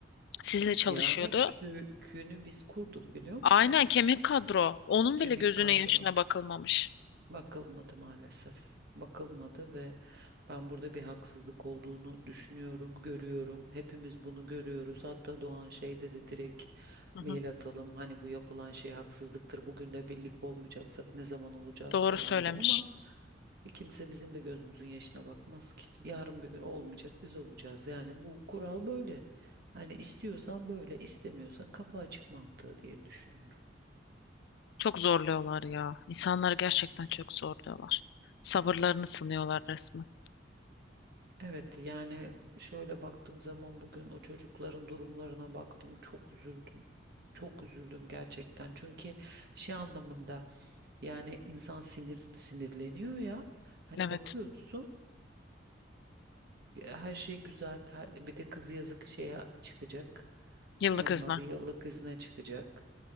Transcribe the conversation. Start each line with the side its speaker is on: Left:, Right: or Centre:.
Left: Sizle çalışıyordu.
Right: yani kö- köyünü biz kurduk biliyor musun?
Left: Aynen kemik kadro. Onun
Right: Kemik
Left: bile gözüne
Right: kadro.
Left: yaşına bakılmamış.
Right: Bakılmadı maalesef. Bakılmadı ve ben burada bir haksızlık olduğunu düşünüyorum, görüyorum. Hepimiz bunu görüyoruz. Hatta Doğan şey dedi direkt
Left: Hı
Right: mail
Left: hı.
Right: atalım. Hani bu yapılan şey haksızlıktır. Bugün de birlik olmayacaksak ne zaman olacağız
Left: Doğru
Right: falan
Left: söylemiş.
Right: diye ama kimse bizim de gözümüzün yaşına bakmaz ki. Yarın bir gün olmayacak biz olacağız. Yani bu kural böyle. Hani istiyorsan böyle, istemiyorsan kapı açık mantığı diye düşünüyorum.
Left: Çok zorluyorlar ya. İnsanları gerçekten çok zorluyorlar. Sabırlarını sınıyorlar resmen.
Right: Evet yani şöyle baktığım zaman bugün o çocukların durumlarına baktım çok üzüldüm. Çok üzüldüm gerçekten. Çünkü şey anlamında yani insan sinir sinirleniyor ya. Hani
Left: Evet.
Right: bakıyorsun her şey güzel. Her, bir de kızı yazık şeye çıkacak.
Left: Yıllık
Right: Ne onun
Left: izne.
Right: adı yıllık izne çıkacak.